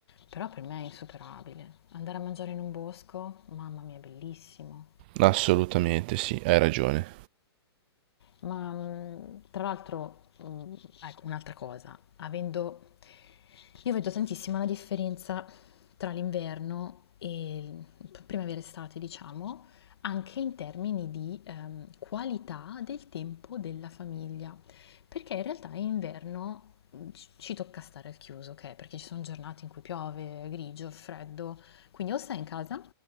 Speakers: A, on the left (about 70°); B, on the right (about 20°).
A: però per me è insuperabile. Andare a mangiare in un bosco, mamma mia, è bellissimo.
B: Assolutamente sì, hai ragione.
A: Ma mh, tra l'altro, mh, ecco, un'altra cosa, avendo... Io vedo tantissimo la differenza tra l'inverno e il- primavera estate, diciamo, anche in termini di ehm, qualità del tempo della famiglia. Perché in realtà in inverno mh, ci ci tocca stare al chiuso, ok? Perché ci sono giornate in cui piove, è grigio, è freddo, quindi o stai in casa,